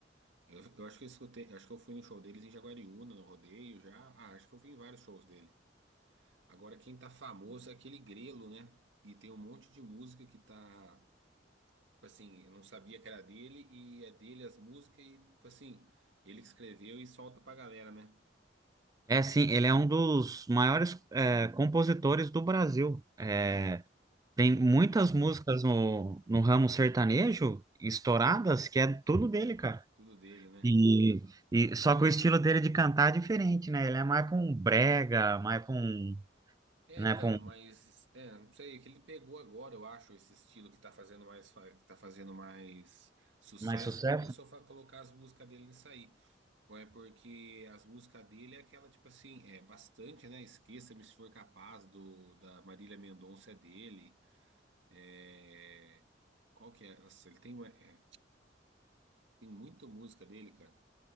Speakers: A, on the right (about 80°); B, on the right (about 20°).
A: Eu, eu acho que eu escutei, acho que eu fui no show deles em Jaguariúna, no rodeio já. Ah, acho que eu fui em vários shows dele. Agora, quem tá famoso é aquele Grelo, né? E tem um monte de música que tá, tipo assim, eu não sabia que era dele e é dele as músicas e, tipo assim, ele que escreveu e solta pra galera, né?
B: É sim, ele é um dos maiores eh, compositores do Brasil. É,
A: É,
B: Tem muitas
A: hum,
B: músicas no, no ramo sertanejo estouradas que é tudo dele, cara.
A: tudo dele, né?
B: E, e só que o estilo dele de cantar é diferente, né? Ele é mais pra um brega, mais pra um,
A: É,
B: né,
A: então,
B: pra um
A: mas é, não sei, é que ele pegou agora, eu acho, esse estilo que tá fazendo mais, fa- que tá fazendo mais sucesso
B: mais sucesso.
A: e começou a fa- colocar as músicas dele nisso aí. Ou é porque as músicas dele é aquela, tipo assim, é bastante, né? Esqueça-me se for capaz do da Marília Mendonça é dele. É, qual que é? Nossa, ele tem, uma- é, tem muita música dele, cara.